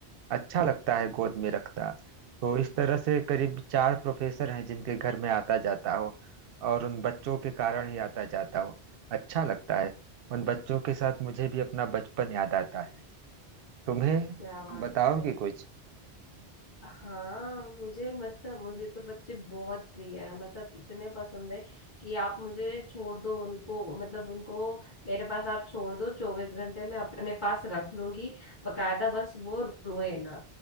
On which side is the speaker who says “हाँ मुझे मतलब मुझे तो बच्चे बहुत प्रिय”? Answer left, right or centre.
Left